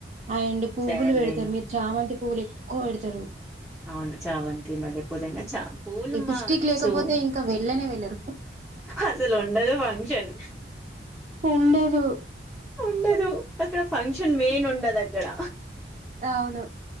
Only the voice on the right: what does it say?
అండ్ పువ్వులు
పెడుతరు
మీరు చామంతి పువ్వులు ఎక్కువ పెడుతరు
లిప్‌స్టిక్
లేకపోతే ఇంకా వెళ్ళనే వెళ్ళరు.
ఉండదు.
అవును